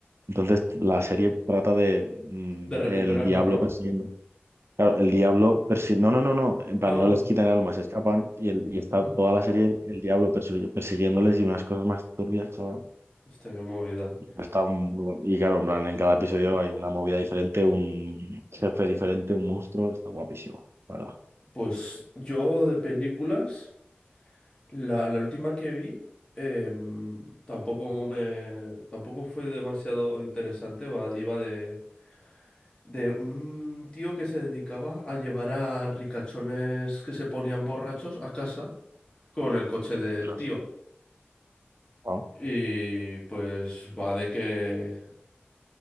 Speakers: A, on the right (about 80°); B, on the left (about 20°).
A: Entonces la serie trata de mm,
B: De recuperarla,
A: el diablo
B: ¿no?
A: persiguiendo. Claro, el diablo persiguiendo. No, no, no, no. En
B: Ah,
A: plan, no les quitan el alma, se escapan y, el, y está
B: mm,
A: toda la serie el diablo persi- persiguiéndoles y unas cosas más turbias, chaval.
B: hostia, qué movida.
A: Está muy... Y claro, en plan, en cada episodio hay una movida diferente, un jefe diferente, un monstruo. Está guapísimo, la ¿verdad?
B: Pues yo de películas, la, la última que vi, em, tampoco me, tampoco fue demasiado interesante, va- iba de de un tío que se dedicaba a llevar a ricachones que se ponían borrachos a casa con el coche del
A: Ostras.
B: tío.
A: Ah,
B: Y pues va de que